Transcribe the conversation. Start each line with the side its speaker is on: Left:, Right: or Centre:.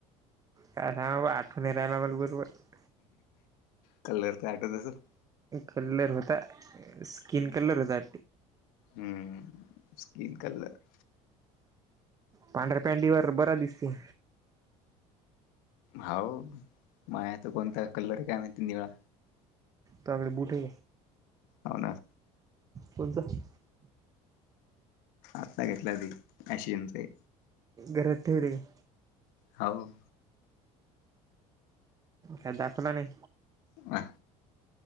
Right: काय हां सांग आठव <unintelligible> न राहिला मग बरोबर -
Left: कलर तर आठवत असेल - <unintelligible>
Right: कलर होता स्कीिन कलर होते.
Left: हम्म स्कीन कलर -
Right: पांढऱ्या पॅंटीवर बरं दिसते.
Left: हाव माय त कोणता कल्लर आहे काय माहिती निळा
Right: त्याकडे बुटे
Left: होना.
Right: कोणाचं.
Left: आत्ता घेतला ती आशिमचे
Right: गरठेडे <unintelligible>
Left: हाव.
Right: का दाखवला नाही.
Left: वा.